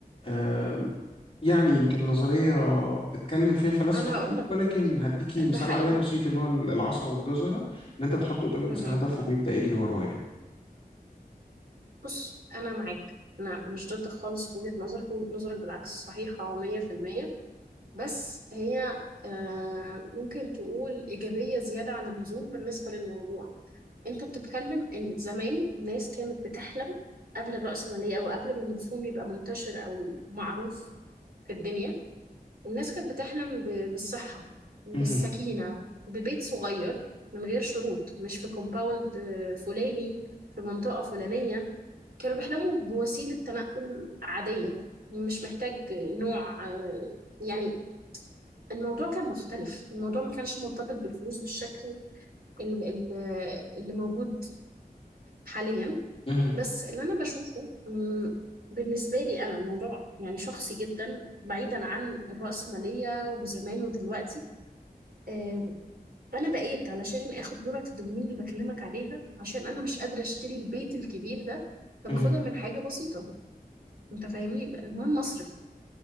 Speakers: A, on the left (about 35°); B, on the right (about 70°).
A: آم، يعني يمكن نظرية اتكلم فيها فلاسفة
B: انا
A: كتير
B: هقول لك
A: ولكن هديكي مثال
B: ده حقيقي
A: عليها بسيط اللي هو العصا والجزرة ان انت بتحط قدام الانسان
B: مهم.
A: هدف وبيبدأ يجري وراه يعني
B: بص انا معاك انا مش ضد خالص في وجهة نظرك وجهة نظرك بالعكس صحيحة 100% بس هي آه، ممكن تقول إيجابية زيادة عن اللزوم بالنسبة للموضوع انت بتتكلم ان زمان الناس كانت بتحلم قبل الرأسمالية او قبل ما المفهوم يبقى منتشر او معروف في الدنيا الناس كانت بتحلم ب- بالصحة بالسكينة
A: مهم.
B: ببيت صغير من غير شروط مش في كومباوند فلاني في منطقة فلانية كانوا بيحلموا بوسيلة تنقل عادية مش محتاج نوع آه، يعني الموضوع كان مختلف الموضوع ما كانش مرتبط بالفلوس بالشكل ال- ال- اللي موجود حاليا
A: مهم.
B: بس اللي أنا بشوفه مم، بالنسبة لي أنا الموضوع يعني شخصي جدا بعيدا عن الرأسمالية وزمان ودلوقتي آم، أنا بقيت علشان آخد جرعة الدوبامين اللي بكلمك عليها عشان أنا مش قادرة أشتري البيت الكبير ده فباخدها
A: مهم.
B: من حاجة بسيطة انت فاهمني المهم اصرف